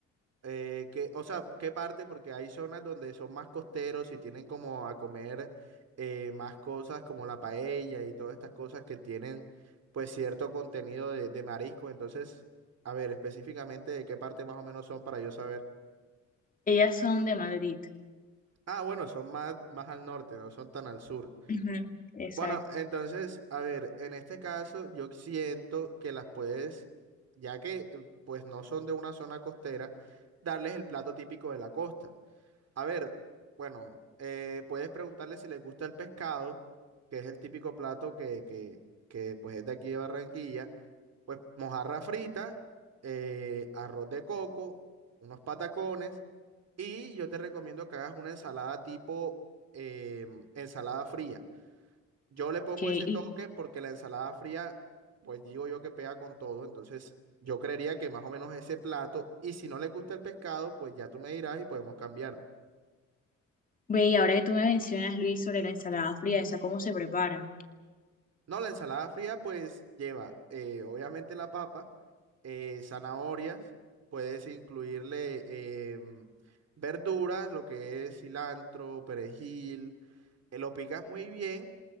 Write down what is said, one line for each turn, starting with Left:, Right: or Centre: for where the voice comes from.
Right: eh, que, o sea, ¿qué parte? Porque hay zonas donde son más costeros y tienen como a comer eh, más cosas como la paella y todas estas cosas que tienen pues cierto contenido de, de mariscos. Entonces, a ver, específicamente de qué parte más o menos son para yo saber.
Left: Ellas son de Madrid.
Right: Ah, bueno, son más, más al norte, no son tan al sur.
Left: Ujú, Exacto.
Right: Bueno, entonces, a ver, en este caso yo siento que las puedes, ya que eh, pues no son de una zona costera, darles el plato típico de la costa. A ver, bueno, eh, puedes preguntarles si les gusta el pescado, que es el típico plato que, que, que pues es de aquí de Barranquilla, pues mojarra frita, eh, arroz de coco, unos patacones. Y yo te recomiendo que hagas una ensalada tipo eh, ensalada fría. Yo le pongo
Left: Ok.
Right: ese toque
Left: y
Right: porque la ensalada fría, pues digo yo que pega con todo. Entonces, yo creería que más o menos ese plato. Y si no le gusta el pescado, pues ya tú me dirás y podemos cambiarlo.
Left: Ve, y ahora que tú me mencionas, Luis, sobre la ensalada fría, ¿esa cómo se prepara?
Right: No, la ensalada fría, pues lleva eh, obviamente la papa, eh, zanahorias, puedes incluirle em, verduras, lo que es cilantro, perejil. eh, Lo picas muy bien